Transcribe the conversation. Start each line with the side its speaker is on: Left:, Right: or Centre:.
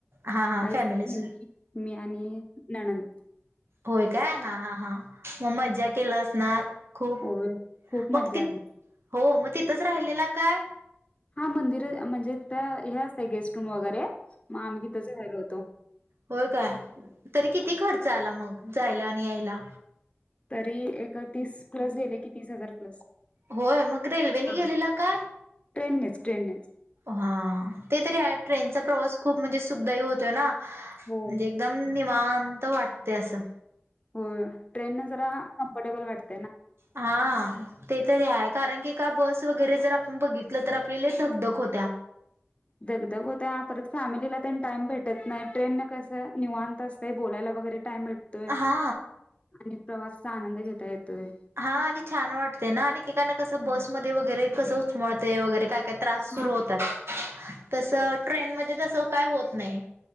Right: हा हा
Left: आई
Right: फॅमिलीच
Left: नमी मी आणि नंद
Right: होयं कायं हां हां हां मंग खूंप मज्जां केलां असणारं. खूंप
Left: होय खूप
Right: मंग
Left: मज्जा
Right: ति
Left: आली
Right: हो मंग तिथंच राहिलेला कायं.
Left: हां मंदिर म्हणजे तिथं हे असतं गेस्ट रूंम वगैरें मंग आम्हीं तिथंच राहिलो होतो.
Right: हो कायं तरी किती
Left: हो,
Right: खर्च आंला मंग जांयला आणि यांयला.
Left: तरी एक तीस प्लसं गेले की तीस हजार प्लस.
Right: होयं मंग रेल्वेने
Left: हा,
Right: गेलेला कायं.
Left: ट्रेननेच ट्रेननेच.
Right: हां ते तरी ट्रेनचा प्रवास खूंप म्हणजे सुखदाय होतो नां.
Left: हो
Right: एकदंम निवांत वाटतें असं.
Left: हो ट्रेन नं जरां कम्फर्टेबल वाटतं.
Right: हां आं. ते तरी आहे कारणं की कां बसं वगैरें जरं आपणं बघितलं तरं आपली लंय धकधक होत्यां
Left: दगदग होत्यां परंत फॅमिलीला तेन टाईम भेटतं नाहीं ट्रेन नं कसं निवांत असतंय कांहीं बोलायंला वगैरें टाईम भेटतोय आणि
Right: हा
Left: प्रवासांचा आनंद घेतां येतोय
Right: हां आणि छान वाटते नां आणि एकेकांना कसं बसंमध्ये
Left: हा.
Right: वगैरें कसं उचमळंतय वगैरें कायं कां त्रांस
Left: हा
Right: सुरूं होतांत तसं ट्रेन मध्यें बसले तसं कायं होतं नाहीं